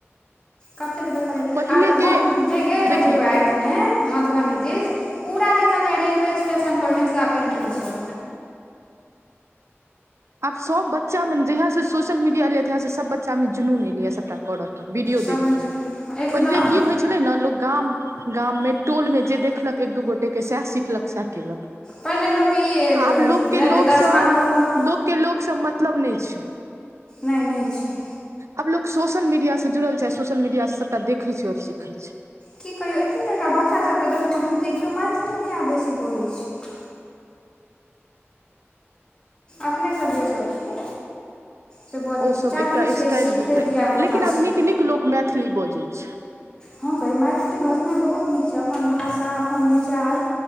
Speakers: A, on the left; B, on the right.
A: कतेक देखलियै
B: पहिलेके
A: आर हम जे गेल
B: देखी
A: छलियौ व ने मधुबनी दिश पूरा देखलीयै या रेलवे स्टेशन पर मिथिला पेन्टिंगसँ
B: आब सभ बच्चामे जहियासँ सोशल मीडिया एलैए तहियासँ सभ बच्चामे जुनून एलै सभटा करब तो वीडियो
A: सभमे
B: देख के
A: जे एकदम
B: पहिले की हो छलै ने लोक गाम गाममे टोल मे जे देखलक एक दू गोटे के सएह सिखलक सएह केलक
A: पहिले लोकके ई एज
B: आब
A: रहैत
B: लोकके
A: छलैए
B: लोकसँ
A: जे दसमा कऽ केऽ
B: लोकके लोक सब मतलब नहि छै
A: नहि नहि छै
B: आब लोक सोशल मीडियासँ जुड़ल छै आ सोशल मीडियासँ सभटा देखै छै आओर सिखै छै
A: की कहियौ एते टाटा बच्चास सभके देखबौ हिन्दी केओ मैथिली नहि आब बेसी बजै छै अपने सभ जे छथिन से बजै
B: ओसभ
A: छी चाहै
B: एकटा
A: छियै
B: स्टाइल
A: सीखै
B: भऽ गेलै
A: धियापुतासँ
B: लेकिन आब नीक नीक लोक मैथिली बजैत छै
A: हँ कही मैथिली बजनाइ बहुत नीक छै अपन भाषा अपन विचार